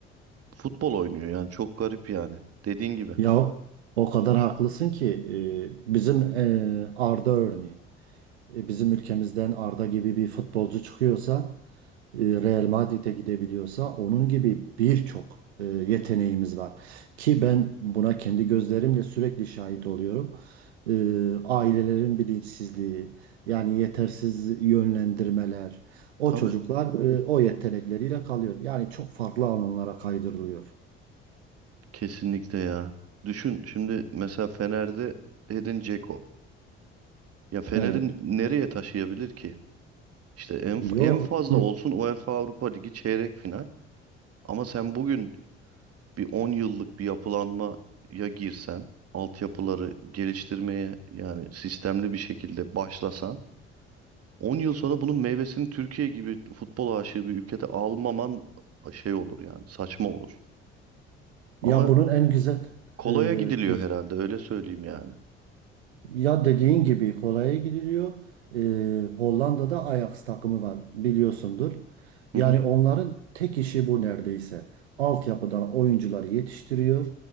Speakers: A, on the right (about 50°); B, on the right (about 80°).
A: futbol oynuyor yani çok garip yani dediğin gibi.
B: Ya o kadar haklısın ki e, bizim e, Arda örneği. e, bizim ülkemizden Arda gibi bir futbolcu çıkıyorsa, e, Real Madrid'e gidebiliyorsa onun gibi birçok e, yeteneğimiz var. Ki ben buna kendi gözlerimle sürekli şahit oluyorum. E, Ailelerin bilinçsizliği, yani yetersiz yönlendirmeler, o
A: Tabii
B: çocuklar e, o yetenekleriyle kalıyor. Yani çok farklı alanlara kaydırılıyor.
A: kesinlikle ya. Düşün şimdi mesela Fener'de Edin Dzeko. Ya Fener'in
B: Evet.
A: nereye taşıyabilir ki? İşte en,
B: Yo.
A: en fazla
B: Hı.
A: olsun UEFA Avrupa Ligi çeyrek final. Ama sen bugün bir 10 yıllık bir yapılanmaya girsen, altyapıları geliştirmeye yani sistemli bir şekilde başlasan, 10 yıl sonra bunun meyvesini Türkiye gibi futbol aşığı bir ülkede almaman şey olur yani saçma olur.
B: Ya
A: Ama
B: bunun en güzel
A: kolaya
B: e,
A: gidiliyor
B: söz
A: herhalde öyle söyleyeyim yani.
B: Ya dediğin gibi kolaya gidiliyor. Ee, Hollanda'da Ajax takımı var biliyorsundur.
A: Hı
B: Yani
A: hı,
B: onların tek işi bu neredeyse. Altyapıdan oyuncuları yetiştiriyor.